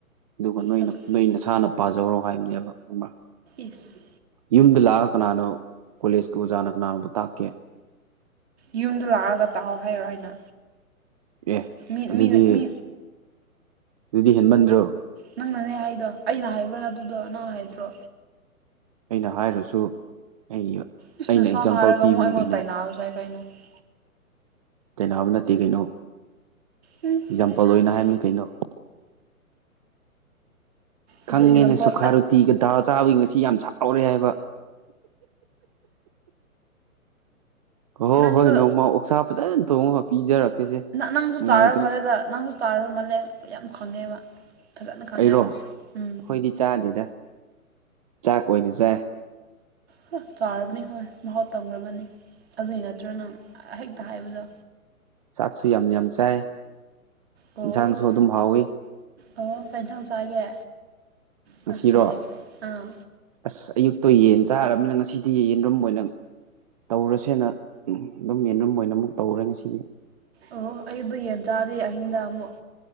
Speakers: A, on the right; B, on the right.
A: ꯑꯗꯨꯒ ꯅꯣꯏꯅ
B: ꯊꯥꯖ
A: ꯅꯣꯏ ꯅꯁꯥꯅ꯫ ꯄꯥꯖꯧꯔꯣ ꯍꯥꯏꯕꯅꯦꯕ ꯈꯪꯑꯕ
B: ꯏꯁ
A: ꯌꯨꯝꯗ ꯂꯥꯛꯑꯒ ꯀꯅꯥꯅꯣ ꯀꯣꯂꯦꯖꯀꯤ ꯑꯣꯖꯥꯅ ꯀꯅꯥꯅꯣꯕꯨ ꯇꯥꯛꯀꯦ
B: ꯌꯨꯝꯗ ꯂꯥꯛꯑꯒ ꯇꯥꯎ ꯍꯥꯏꯔꯣ ꯑꯩꯅ꯫
A: ꯑꯦ
B: ꯃꯤ
A: ꯑꯗꯨꯗꯤ
B: ꯃꯤꯅ ꯃꯤ
A: ꯑꯗꯨꯗꯤ ꯍꯦꯟꯃꯟꯗ꯭ꯔꯣ
B: ꯅꯪꯅꯅꯦ ꯍꯥꯏꯗꯣ ꯑꯩꯅ ꯍꯥꯏꯕ꯭ꯔꯥ ꯑꯗꯨꯗꯣ ꯅꯪ ꯍꯥꯏꯗ꯭ꯔꯣ꯫
A: ꯑꯩꯅ ꯍꯥꯏꯔꯁꯨ ꯑꯩ
B: ꯏꯁ
A: ꯑꯩꯅ
B: ꯅꯁꯥꯅ
A: ꯑꯦꯛꯖꯥꯝꯄꯜ
B: ꯍꯥꯏꯔꯒ
A: ꯄꯤꯕꯅꯤ
B: ꯑꯃꯨꯛ
A: ꯀꯩꯅꯣ꯫
B: <unintelligible>
A: ꯆꯩꯅꯕ ꯅꯠꯇꯦ ꯀꯩꯅꯣ
B: ꯎꯝ
A: ꯑꯦꯛꯖꯥꯝꯄꯜ
B: ꯇꯥꯏꯅꯕꯅꯤ
A: ꯑꯣꯏꯅ ꯍꯥꯏꯕꯅꯤ ꯀꯩꯅꯣ
B: ꯑꯗꯨ
A: ꯈꯪꯉꯦꯅ
B: ꯑꯦꯛꯖꯥꯝꯄꯜ
A: ꯁꯨꯈꯥ ꯔꯨꯇꯤꯒ ꯗꯥꯜ ꯆꯥꯕꯒꯤ ꯉꯁꯤ ꯌꯥꯝ ꯁꯥꯎꯔꯦ ꯍꯥꯏꯕ ꯍꯣ
B: ꯅꯪꯁꯨ
A: ꯍꯣꯏ ꯅꯣꯡꯃ ꯑꯣꯛꯁꯥ ꯐꯖꯅ ꯊꯣꯡꯉꯒ ꯄꯤꯖꯔꯛꯀꯦꯁꯦ꯫
B: ꯅꯪꯁꯨ
A: ꯅꯨꯡꯉꯥꯏꯇ꯭ꯔꯦ
B: ꯆꯥꯔ ꯃꯥꯜꯂꯦꯗ ꯅꯪꯁꯨ ꯆꯥꯔ ꯃꯥꯜꯂꯦ ꯌꯥꯝ ꯈꯪꯉꯦꯕ꯫ ꯐꯖꯅ ꯈꯪꯉꯦꯕ
A: ꯑꯩꯔꯣ ꯑꯩꯈꯣꯏꯗꯤ
B: ꯎꯝ
A: ꯆꯥꯗꯦꯗ ꯆꯥꯛ ꯑꯣꯏꯅ ꯆꯥꯏ
B: ꯍꯥ ꯆꯥꯔꯕꯅꯤ ꯈꯪꯏ ꯃꯍꯥꯎ ꯇꯝꯈ꯭ꯔꯕꯅꯤ ꯑꯗꯨꯏ ꯅꯠꯇ꯭ꯔꯅꯪ ꯍꯦꯛꯇ ꯍꯥꯏꯕꯗꯣ꯫
A: ꯆꯥꯛꯁꯨ ꯌꯥꯝ ꯌꯥꯝ ꯆꯥꯏ꯫
B: ꯑꯣ
A: ꯏꯟꯁꯥꯡꯁꯨ ꯑꯗꯨꯝ ꯍꯥꯎꯋꯤ
B: ꯑꯣ ꯀꯩ ꯏꯟꯁꯥꯡ ꯆꯥꯒꯦ꯫
A: ꯉꯁꯤꯔꯣ
B: ꯉꯁꯤꯗꯤ ꯑꯥ
A: ꯑꯁ ꯑꯌꯨꯛꯇꯣ ꯌꯦꯟ ꯆꯥꯔꯝꯅꯤꯅ ꯉꯁꯤꯗꯤ ꯌꯦꯔꯨꯝ ꯑꫭꯏꯅ ꯇꯧꯔꯁꯦꯅ ꯗꯨꯝ ꯌꯦꯟꯔꯨꯝ ꯑꯣꯏꯅ ꯑꯃꯨꯛ ꯇꯧꯔꯦ ꯉꯁꯤꯒꯤ꯫
B: ꯑꯣ ꯑꯩ ꯑꯗꯨ ꯌꯦꯟ ꯆꯥꯔꯤ ꯑꯍꯤꯡꯗ ꯑꯃꯨꯛ